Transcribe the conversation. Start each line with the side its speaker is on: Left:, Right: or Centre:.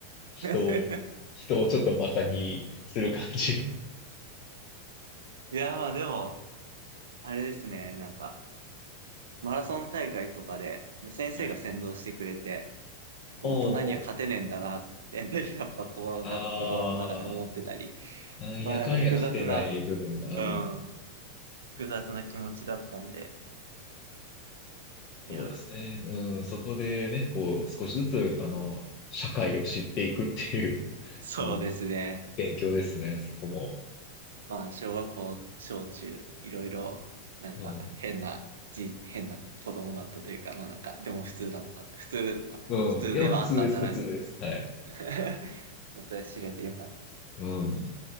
Left: 人を、
Right: <laughs>
Left: 人をちょっとバカにする感じ。
Right: いや、まあでも、あれですね、なんか、マラソン大会とかで、先生が先導してくれて、
Left: はい。
Right: こう大人には勝てねえんだなって、
Left: おー、
Right: <laughs> やっぱ心の中、
Left: あ
Right: 心の中で思ってたり、
Left: ー、なんやかんや勝てない部分が、
Right: まあなんか複雑な、うん、
Left: うん
Right: 複雑な気持ちだったんで、いや、
Left: そうですね。うん、そこでね、こう、少しずつ、あの、社会を知っていくっていう、<laughs>
Right: そうですね。
Left: うん、勉強ですね、そこも。
Right: まあ、小学校、小中、いろいろ、なんか、
Left: う
Right: 変な、じ、変な子供だったというか、まあなんか、でも普通だった。普通、
Left: ん、
Right: 普通ではあったんだな、
Left: うん、いや、普通です、普通です。
Right: み
Left: はい。
Right: たいな <laughs> それ知れてよかった。
Left: うん。